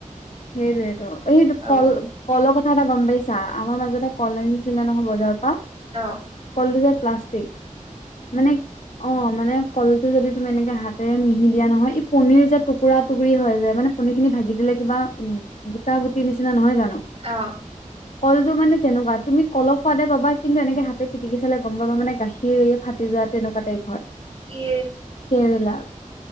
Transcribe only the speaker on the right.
অ
অঁ।
অঁ।
ই